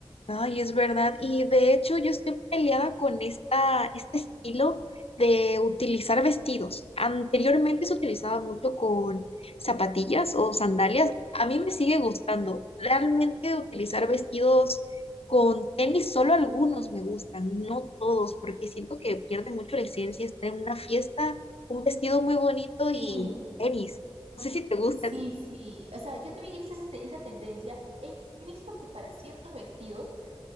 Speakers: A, on the left; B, on the right.
A: ay, es verdad. Y de hecho, yo estoy peleada con esta, este estilo de utilizar vestidos. Anteriormente se utilizaba mucho con zapatillas o sandalias. A mí me sigue gustando. Realmente utilizar vestidos con tenis, solo algunos me gustan, no todos, porque siento que pierde mucho la esencia estar en una fiesta, un vestido muy bonito
B: Sí,
A: y tenis. No sé si te gusta.
B: Sí, sí. O sea, yo también he visto esa, esa tendencia. He he visto que para ciertos vestidos